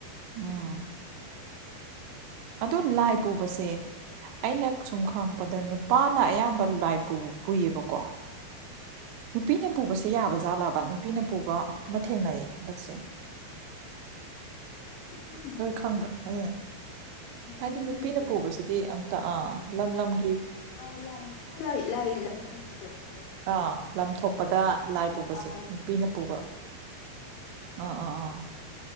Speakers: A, on the right; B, on the left.
A: ꯎꯝ꯫
B: ꯍꯥ
A: ꯑꯗꯣ ꯂꯥꯏ ꯄꯨꯕꯁꯦ ꯑꯩꯅ ꯁꯨꯝ ꯈꯪꯉꯥꯛꯄꯗ ꯅꯨꯞ ꯄꯥꯥꯅ ꯑꯌꯥꯝꯕ ꯂꯥꯏ ꯄꯨ ꯄꯨꯏꯌꯦꯕꯀꯣ
B: ꯎꯝ꯫
A: ꯅꯨꯄꯤꯅ ꯄꯨꯕꯁꯦ ꯌꯥꯕ ꯖꯥꯠꯂꯕ ꯅꯨꯄꯤꯅ ꯄꯨꯕ ꯑꯃ ꯊꯦꯡꯅꯩꯌꯦ ꯍꯟꯗꯛꯁꯦ
B: ꯈꯪꯗꯦ
A: ꯅꯣꯏ ꯈꯪꯕ꯭ꯔꯣ ꯑꯗꯨꯏꯗꯣ ꯍꯥꯏꯗꯤ
B: ꯃꯤꯒꯤ
A: ꯅꯨꯄꯤꯅ ꯄꯨꯕꯁꯤꯗꯤ ꯑꯝꯇ ꯑꯥ ꯂꯝ ꯂꯝꯒꯤ
B: ꯑ ꯂꯥꯏ ꯅꯨꯄꯤꯅ ꯂꯣꯏ ꯂꯥꯏ ꯂꯝ ꯄꯨꯕꯗꯣ ꯑꫭ
A: ꯑꯥ ꯂꯝꯊꯣꯛꯄꯗ ꯂꯥꯏ ꯄꯨꯕꯁꯦ
B: ꯑꯥ
A: ꯅꯨꯄꯤꯅ ꯄꯨꯕ
B: ꯂꯥꯏ
A: ꯑꯥ ꯑꯥ ꯑꯥ
B: ꯑꯩ